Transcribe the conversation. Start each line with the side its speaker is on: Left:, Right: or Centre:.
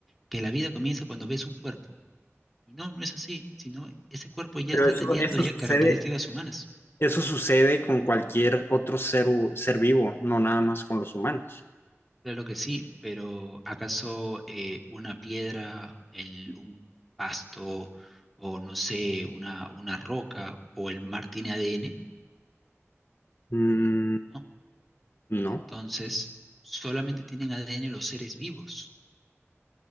Centre: que la vida comienza cuando ves un cuerpo. Y no, no es así, sino ese cuerpo ya
Left: Pero
Centre: está
Left: eso,
Centre: teniendo
Left: eso
Centre: ya
Left: sucede
Centre: características humanas.
Left: Eso sucede con cualquier otro ser, hu- ser vivo, no nada más con los humanos.
Centre: Claro que sí, pero ¿acaso eh, una piedra, el, un pasto o no sé, una, una roca o el mar tiene ADN?
Left: Mm,
Centre: ¿No?
Left: no.
Centre: Entonces, solamente tienen ADN los seres vivos.